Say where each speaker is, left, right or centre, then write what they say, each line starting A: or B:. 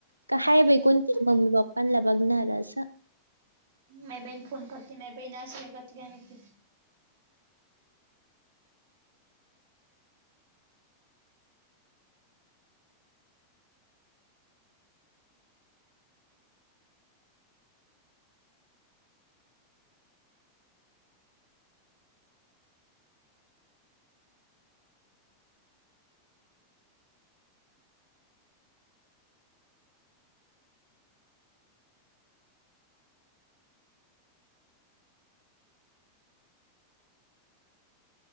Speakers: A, on the right (about 80°); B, on the right (about 55°).
A: का हाय
B: हम्म
A: बाय कोण तरी, मम्मी पप्पांला बघणार असं.
B: माई बहीणी फोन करते. माझी बहीण आशी काय करते, काय माहिती.